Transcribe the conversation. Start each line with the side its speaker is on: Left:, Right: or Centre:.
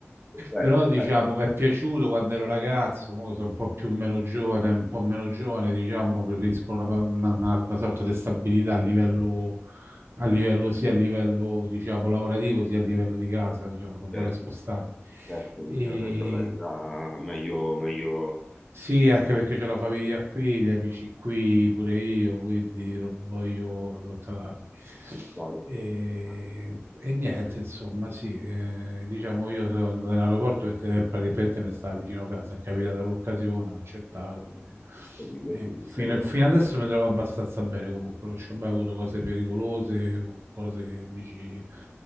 Centre: bene,
Right: Però diciamo,
Centre: bene,
Right: mi è piaciuto quando ero ragazzo, mo che sono un po' più meno giovane, un po' meno giovane, diciamo, preferisco una, una- una- una sorta di stabilità a livello, a livello sia a livello, diciamo, lavorativo, sia a livello di casa, diciamo, non
Centre: certo,
Right: vorrei spostarmi.
Centre: certo, diceva
Right: E
Centre: prendo la vita meglio, meglio,
Right: sì, anche perché c'ho la famiglia qui, gli amici qui, pure io, quindi non voglio lottarmi.
Centre: claro.
Right: E,
Centre: Ho
Right: e niente, insomma, sì, eh, diciamo io sono andato in aeroporto perché eh, praticamente mi stava vicino a casa, è capitata l'occasione, ho accettato.
Centre: capito,
Right: E,
Centre: quindi
Right: e fino,
Centre: stai
Right: fino
Centre: con
Right: adesso mi trovo abbastanza bene comunque, non ci ho mai avuto cose pericolose o cose che dici